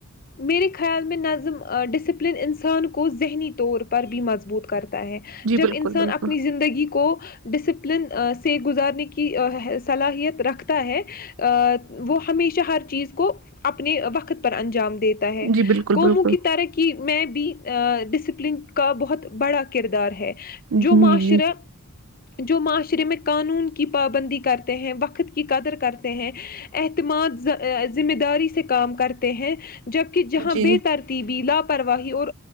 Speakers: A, on the left (about 40°); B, on the right (about 65°).
A: میرے خیال میں نظم ڈسپلن انسان کو ذہنی طور پر بھی مضبوط کرتا ہے
B: جی
A: جب
B: بالکل
A: انسان
B: بالکل
A: اپنی زندگی کو ڈسپلن سے گزارنے کی صلاحیت رکھتا ہے وہ ہمیشہ ہر چیز کو اپنے وقت پر انجام د دیتا ہے
B: جی بالکل
A: کومو
B: بالکل
A: کی طرحی میں بھی ڈسپ پلن کا بہت بڑا کردار ہے جو
B: جی
A: معاشرہ
B: جی
A: جو معاشرہ میں قانون کی پابندی کرتے ہیں وقت کی قدر کرتے ہیں اعتماد ذمہ داری سے کام کرتے ہیں تو جبکہ جہاں
B: جی
A: بے ترتیبی لاپرواہی اور